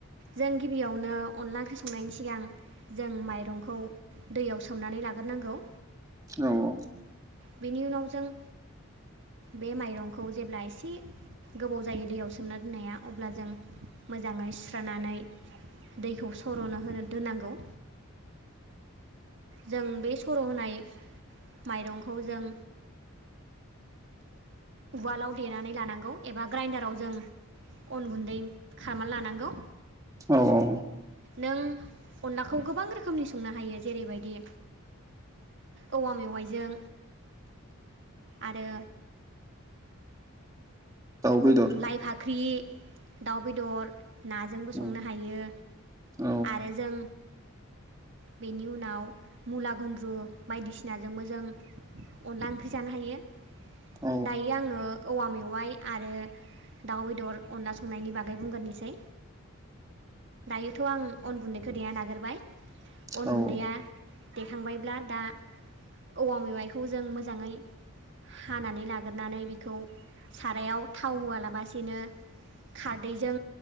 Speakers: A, on the right; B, on the right.
A: जों गिबियावनो अनला ओंख्रि संनायनि सिगां जों माइरंखौ दैयाव सोमनानै लाग्रोनांगौ
B: औ औ
A: बेनि उनाव जों बे माइरंखौ जेब्ला एसे गोबाव जायो दैयाव सोमना दोननाया अब्ला जों मोजाङै सुस्रानानै दैखौ सर'नो होनो दोननांगौ। जों बे सर' होनाय माइरंखौ जों उवालाव देनानै लानांगौ एबा ग्राइन्डाराव जों अन गुन्दै खामना लानांगौ।
B: औ औ
A: नों अनलाखौ गोबां रोखोमनि संनो हायो जेरैबायदि औवा मेवाइजों आरो
B: बेदर
A: लाइ फाख्रि, दाउ बेदर नाजोंबो
B: औ
A: संनो हायो
B: औ
A: आरो जों
B: <inaudible>
A: बेनि उनाव मुला गुन्द्रु बायदिसिनाजोंबो जों अनला ओंख्रि जानो हायो।
B: औ
A: दायो आङो औवा मेवाइ आरो दाउ बेदर अनला संनायनि बागै बुंग्रनोसै दायो थ' आं अन गुन्दैखो देना लागोरबाय
B: औ
A: अन गुन्दैया देखांबायब्ला दा औवा मेवाइखौ जों मोजाङै हानानै लागोरनानै बेखौ सारायाव थाव होआलाबसिनो खारदैजों